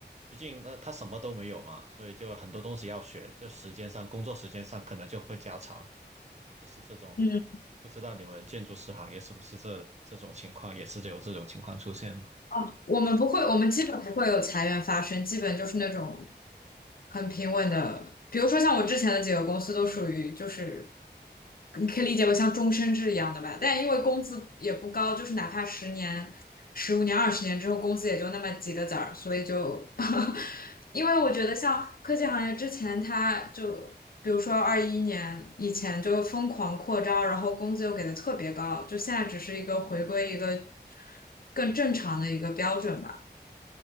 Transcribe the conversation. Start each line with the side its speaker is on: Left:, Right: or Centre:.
Right: 毕竟那他什么都没有嘛，所以就很多东西要学，就时间上、工作时间上可能就会加长，就是这种。
Left: 嗯
Right: 不知道你们建筑师行业是不是这这种情况，也是有这种情况出现吗？
Left: 哦，我们不会，我们基本不会有裁员发生，基本就是那种很平稳的。比如说像我之前的几个公司都属于就是，你可以理解为像终身制一样的吧。但因为工资也不高，就是哪怕十年、十五年、二十年之后，工资也就那么几个子儿，所以就，<laughs> 因为我觉得像科技行业之前，他就比如说二一年以前就疯狂扩招，然后工资又给的特别高，就现在只是一个回归一个。更正常的一个标准吧。